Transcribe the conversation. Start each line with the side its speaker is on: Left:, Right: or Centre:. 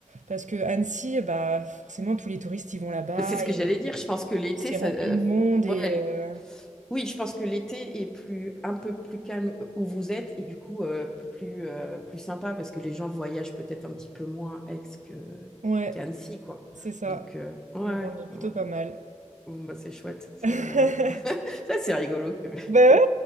Right: parce que Annecy, bah, forcément, tous les touristes, ils vont là-bas,
Centre: Mais c'est ce
Right: et,
Centre: que
Right: et
Centre: j'allais dire. Je pense que l'été,
Right: c'est
Centre: ça,
Right: rempli
Centre: euh,
Right: de monde,
Centre: ouais,
Right: et... euh,
Centre: Oui, je pense que l'été est plus, un peu plus calme où vous êtes et du coup euh, plus, euh, plus sympa parce que les gens voyagent peut-être un petit peu moins à Aix que,
Right: ouais,
Centre: qu'à Annecy, quoi.
Right: c'est ça.
Centre: Donc, euh, ouais,
Right: Donc, on est plutôt
Centre: bon,
Right: pas mal.
Centre: bon, bah, c'est chouette. c'est,
Right: <laughs>
Centre: euh, Ça, c'est rigolo. que-
Right: Bah ouais,